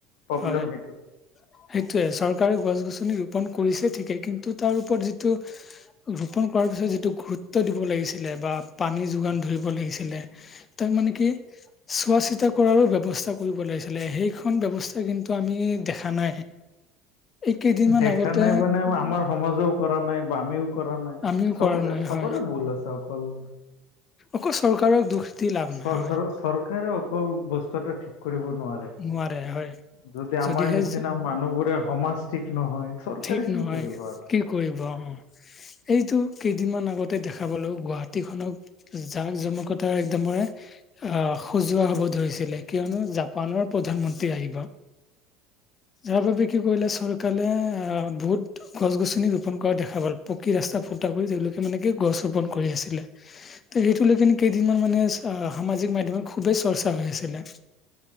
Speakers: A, on the left (about 75°); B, on the left (about 30°).
A: প্ৰব্লেম
B: হয়,
A: সেইটো
B: সেইটোৱে, চৰকাৰে গছ গছনি ৰোপন কৰিছে ঠিকেই কিন্তু তাৰ ওপৰত যিটো ৰোপন কৰাৰ পিছত যিটো গুৰুত্ব দিব লাগিছিলে বা পানী যোগান ধৰিব লাগিছিলে। তাৰমানে কি চোৱা চিতা কৰাৰো ব্যৱস্থা কৰিব লাগিছিলে সেইখন ব্যৱস তে কিন্তু আমি, দেখা নাই। এই কেইদিনমান
A: দেখা
B: আগতে
A: নাই মানে আমাৰ সমাজও কৰা নাই বা আমিও কৰা নাই,
B: আমিও
A: চবৰে
B: কৰা নাই
A: চবৰে
B: হয়
A: ভুল আছে, অকল
B: অকল চৰকাৰক দুখ দি লাভ নাই,
A: চৰকাৰৰ
B: হয়।
A: চৰকাৰে অকল বস্তুটো ঠিক কৰিব নোৱাৰে,
B: নোৱাৰে হয়
A: যদি আমাৰ
B: যদিহে
A: নিচিনা
B: যে
A: মানুহবোৰে সমাজ ঠিক নহয়। চৰকাৰে
B: ঠিক
A: কি
B: নহয়,
A: কৰিব আৰু
B: কি কৰিবা অ, এইটো কেইদিনমান আগতে দেখা পালোঁ গুৱাহাটীখনক জাক জমকতাৰ একদমৰে আহ সজোৱা হ'ব ধৰিছিলে কিয়নো জাপানৰ প্ৰধানমন্ত্ৰী আহিব। যাৰ বাবে কি কৰিলে চৰকাৰে, আহ বহুত গছ গছনি ৰোপণ কৰা দেখা পালোঁ, পকী ৰাস্তা ফুটা কৰি তেওঁলোকে মানে কি গছ ৰোপণ কৰি আছিলে। ত' সেইটো লেকিন কেইদিনমান মানে আহ সামাজিক মাধ্যমত খুবেই চৰ্চা হৈ আছিলে।